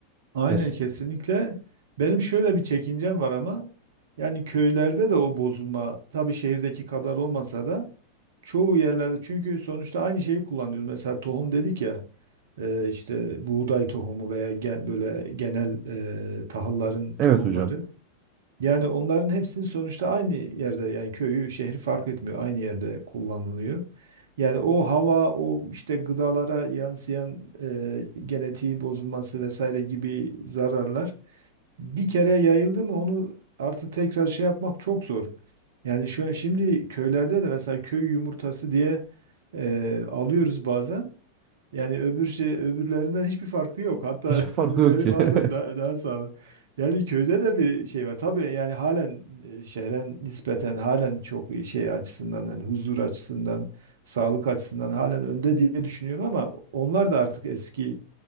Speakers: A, on the right; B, on the right.
A: Aynen
B: Es-
A: kesinlikle. Benim şöyle bir çekincem var ama yani köylerde de o bozulma tabii şehirdeki kadar olmasa da çoğu yerlerde çünkü sonuçta aynı şeyi kullanıyoruz. Mesela tohum dedik ya e, işte buğday tohumu veya gen- böyle genel e, tahılların
B: evet
A: tohumları.
B: hocam.
A: Yani onların hepsini sonuçta aynı yerde yani köyü şehri fark etmiyor aynı yerde kullanılıyor. Yani o hava, o işte gıdalara yansıyan e, genetiği bozulması vesaire gibi zararlar bir kere yayıldı mı onu artık tekrar şey yapmak çok zor. Yani şu an şimdi köylerde de mesela köy yumurtası diye e, alıyoruz bazen. Yani öbür şey öbürlerinden hiçbir farkı yok. Hatta
B: Hiçbir
A: <laughs>
B: farkı
A: öbürleri
B: yok ki.
A: bazen
B: <laughs>
A: daha, daha sağlıklı. Yani köyde de bir şey var. Tabii yani halen e, şehre nispeten halen çok iyi şey açısından hani huzur açısından, sağlık açısından halen önde diye düşünüyorum ama onlar da artık eski